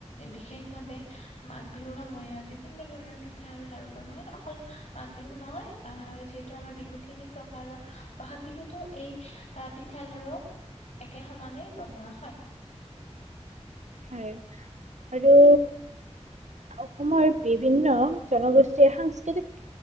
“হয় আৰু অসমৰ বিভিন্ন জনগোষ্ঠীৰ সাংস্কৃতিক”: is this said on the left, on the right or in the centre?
Right